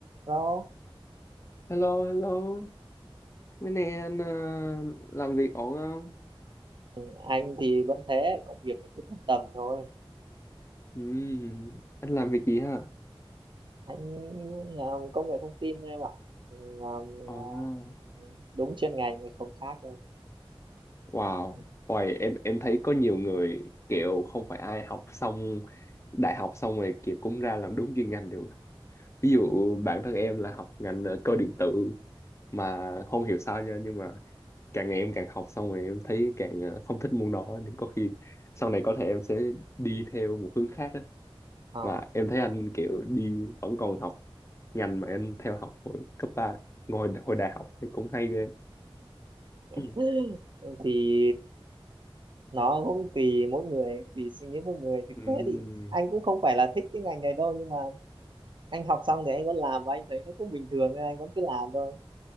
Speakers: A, on the right; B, on the left.
A: đó
B: Hello, hello. Mấy nay anh ờ, làm việc ổn không?
A: Ừ, anh thì vẫn thế công việc nó cứ tầm tầm thôi
B: Ừm, anh làm việc gì ha?
A: anh làm công nghệ thông tin thôi em ạ Ừ, làm
B: Ồ,
A: à, ừ, đúng chuyên ngành nhưng không khác đâu
B: wow.
A: Ừ.
B: Ôi, em em thấy có nhiều người kiểu không phải ai học xong đại học xong rồi kiểu cũng ra làm đúng chuyên ngành được. Ví dụ bản thân em là học ngành ờ, cơ điện tử mà không hiểu sao nha nhưng mà càng ngày em càng học xong rồi em thấy càng ờ, không thích môn đó nên có khi sau này có thể em sẽ đi theo một hướng khác á.
A: Ờ.
B: Mà em thấy anh kiểu đi vẫn còn học ngành mà em theo học hồi cấp 3, ngồi hồi đại học thì cũng hay ghê
A: <laughs>
B: <clears throat>
A: thì nó cũng tùy mỗi người tùy suy nghĩ mỗi người thực
B: Ừm,
A: tế thì anh cũng không phải là thích cái ngành này đâu nhưng mà anh học xong thì anh vẫn làm và anh thấy nó cũng bình thường nên anh vẫn cứ làm thôi